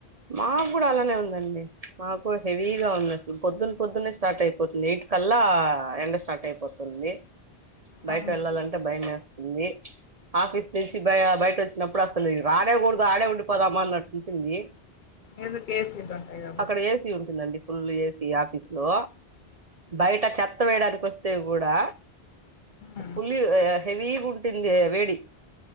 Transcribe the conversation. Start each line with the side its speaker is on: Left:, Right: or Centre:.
Right: మాకు కూడా అలానే ఉందండి మాకు హెవీగా ఉంది అసలు పొద్దున్న పొద్దున్న స్టార్ట్ అయిపోతుంది ఎయిట్ కల్లా ఎండ స్టార్ట్ అయిపోతుంది బయట
Left: అవును
Right: వెళ్ళాలంటే భయం వెస్ట్ వ ఆఫీస్ నుంచి బ బయట వచ్చినప్పుడు అసలు రానేకూడదు ఆడే ఉండిపోదామ్మా అన్నట్టుంటుంది
Left: ఎద కేసింట ఉంటాగాబ
Right: అక్కడ ఏసీ ఉంటుందండి ఫుల్ ఏసీ ఆఫీస్ లో బయట చెత్త వేయడనికి వస్తేకూడా
Left: ఉమ్
Right: ఫుల్ హెవీ గా ఉంది వేడి